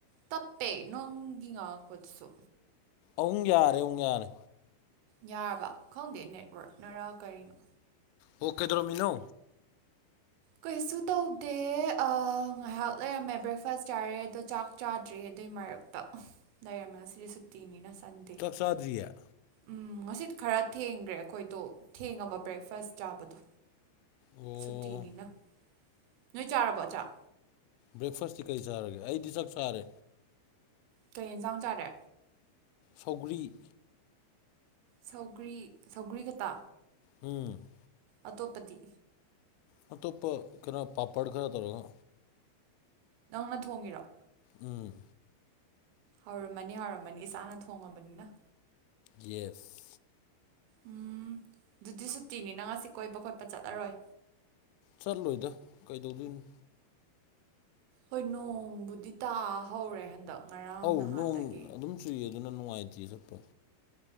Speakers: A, on the right; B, on the left.
A: ꯇꯞꯄꯦ ꯅꯣꯡꯒꯤ ꯉꯥꯛꯄꯗꯁꯨ
B: ꯑꯨꯛ ꯌꯥꯔꯦ ꯑꯃꯨꯛ ꯌꯥꯔꯦ
A: ꯌꯥꯔꯕ ꯈꯪꯗꯦ ꯅꯦꯠꯋꯔꯛꯅꯔꯥ ꯀꯔꯤꯅꯣ
B: ꯑꯣ ꯀꯦꯗ꯭ꯔꯣꯃꯤꯅꯣ
A: ꯀꯩꯁꯨ ꯇꯧꯗꯦ ꯉꯥꯏꯍꯥꯛ ꯂꯩꯔꯝꯃꯦ ꯕ꯭ꯔꯦꯛꯐꯥꯁ ꯆꯥꯔꯦ ꯑꯗꯣ ꯆꯥꯛ ꯆꯥꯗ꯭ꯔꯤ ꯑꯗꯨꯏ ꯃꯔꯛꯇ ꯗ ꯌꯥꯝꯔ ꯃ ꯁꯤ ꯁꯛꯇꯤꯅꯤꯅ ꯁꯟꯗꯦ
B: ꯆꯥꯗꯔꯤꯌꯥ
A: ꯎꯝ ꯉꯁꯤ ꯈꯔ ꯊꯦꯡꯈ꯭ꯔꯦ ꯑꯩꯈꯣꯏꯗꯣ ꯊꯦꯡꯉꯕ ꯕ꯭ꯔꯦꯛꯐꯥꯁ ꯆꯥꯕꯗꯣ
B: ꯑꯣ
A: ꯁꯨꯇꯤꯅꯤꯅ ꯅꯣꯏ ꯆꯥꯔꯕꯣ ꯆꯥꯛ
B: ꯕ꯭ꯔꯦꯛꯐꯥꯁꯇꯤ ꯀꯔꯤ ꯆꯥꯔꯒꯦ ꯑꯩꯗꯤ ꯆꯥꯛ ꯆꯥꯔꯦ
A: ꯀꯩ ꯌꯦꯟꯖꯥꯡ ꯆꯥꯔꯦ
B: ꯁꯧꯒꯔꯤ
A: ꯁꯧꯒ꯭ꯔꯤ ꯁꯧꯒꯔꯤ ꯈꯇꯥ
B: ꯎꯝ
A: ꯑꯇꯣꯞꯄꯗꯤ
B: ꯃꯣꯞ ꯄ ꯀꯩꯅꯣ ꯄꯥꯄꯔ ꯈꯔ ꯇꯧꯔꯒꯣ
A: ꯅꯪꯅ ꯊꯣꯡꯒꯤꯔꫭ
B: ꯎꯝ
A: ꯍꯧꯔꯝꯃꯅꯤ ꯍꯥꯎꯔꯝꯃꯅꯤ ꯏꯁꯥꯅ ꯊꯣꯡꯉꯕꯅꯤꯅ
B: ꯌꯦꯁ
A: ꯎꯝ ꯑꯗꯨꯗꯤ ꯁꯨꯇꯤꯅꯤ ꯅꯪ ꯉꯁꯤ ꯀꯣꯏꯕ ꯈꯣꯠꯄ ꯆꯠꯂꯔꯣꯏ
B: ꯆꯠꯂꯣꯏꯗ ꯀꯩꯗꯧꯗꯣꯏꯅꯣ
A: ꯍꯣꯏ ꯅꯣꯡꯕꯨꯗꯤ ꯇꯥ ꯍꯧꯔꯦ ꯍꯟꯗꯛ ꯉꯔꯥꯡ
B: ꯑꯧ
A: ꯅꯍꯥꯟꯗꯒꯤ
B: ꯅꯣꯡ ꯑꯗꯨꯝ ꯆꯨꯏ ꯑꯗꯨꯅ ꯅꯨꯡꯉꯥꯏꯇꯦ ꯆꯠꯄ